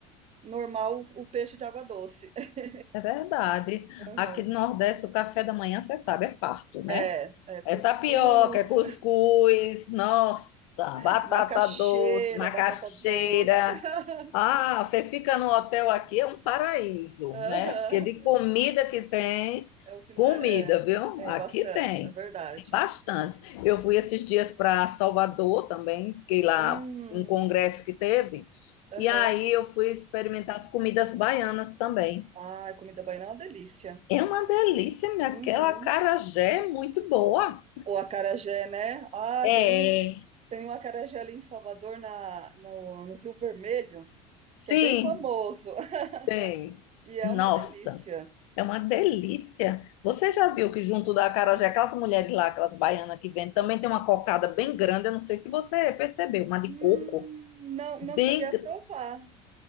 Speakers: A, on the right; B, on the left.
A: normal o, o peixe de água doce. <laughs>
B: é verdade.
A: Aham.
B: Aqui no Nordeste, o café da manhã, você sabe, é farto, né?
A: É, é, cuscuz,
B: É tapioca, é cuscuz, nossa,
A: <laughs>
B: batata
A: macaxeira,
B: doce, macaxeira.
A: batata doce. <laughs>
B: Ah, você fica no hotel aqui, é um paraíso,
A: Aham.
B: né? Porque de comida que tem,
A: É o que mais.
B: comida,
A: É,
B: viu?
A: é
B: Aqui
A: bastante,
B: tem,
A: é verdade.
B: tem bastante. Eu fui esses dias para Salvador também, fiquei lá
A: Hum,
B: num congresso que teve,
A: aham.
B: e aí eu fui experimentar as comidas baianas também.
A: Ah, comida baiana é uma delícia.
B: É uma delícia, minha.
A: Uhum.
B: Aquela acarajé é muito boa.
A: O acarajé, né? Ah,
B: É.
A: tem um, tem um acarajé ali em Salvador, na, no, no Rio Vermelho,
B: Sim,
A: que é bem famoso. <laughs>
B: tem.
A: E é
B: Nossa,
A: uma delícia.
B: é uma delícia. Você já viu que junto da acarajé, aquelas mulheres lá, aquelas baianas que vendem, também tem uma cocada bem grande, eu não sei se você percebeu, uma de
A: Hum,
B: coco,
A: não, não
B: bem...
A: cheguei a
B: gr-
A: provar.